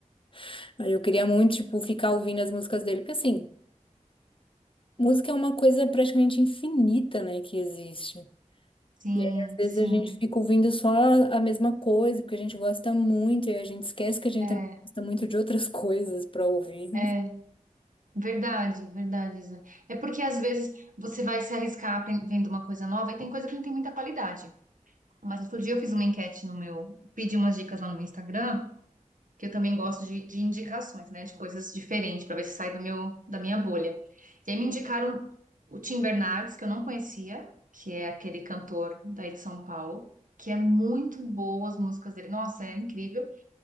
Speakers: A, on the left (about 40°); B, on the right (about 80°).
A: <laughs> Aí eu queria muito, tipo, ficar ouvindo as músicas dele, porque assim, música é uma coisa praticamente infinita, né, que existe.
B: Sim,
A: E aí, às vezes,
B: sim.
A: a gente fica ouvindo só a mesma coisa, porque a gente gosta muito, e a gente esquece que a gente
B: É,
A: também gosta muito de outras <laughs> coisas para ouvir.
B: é
A: <laughs>
B: verdade, verdade, Isa. É porque às vezes você vai se arriscar apren- vendo uma coisa nova e tem coisa que não tem muita qualidade. Mas outro dia eu fiz uma enquete no meu, pedi umas dicas lá no meu Instagram, que eu também gosto de, de indicações, né, de coisas diferentes, para ver se sai do meu, da minha bolha. E aí me indicaram o Tim Bernardes, que eu não conhecia, que é aquele cantor daí de São Paulo, que é muito boa as músicas dele, nossa, é incrível.